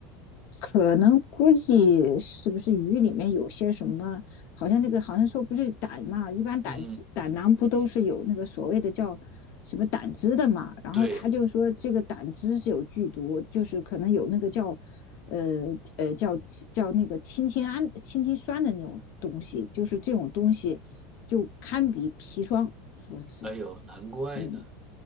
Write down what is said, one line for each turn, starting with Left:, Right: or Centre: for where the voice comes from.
Left: 可能估计是不是鱼里面有些什么？好像那个好像说不是胆嘛，一般胆汁胆囊不都是有那个所谓的叫什么胆汁的嘛？
Right: 嗯，
Left: 然后他就说这个胆汁是有剧毒，
Right: 对，
Left: 就是可能有那个叫呃呃叫叫那个氢氰胺、氢氰酸的那种东西，就是这种东西就堪比砒霜，说是
Right: 哎呦，难怪呢，
Left: 嗯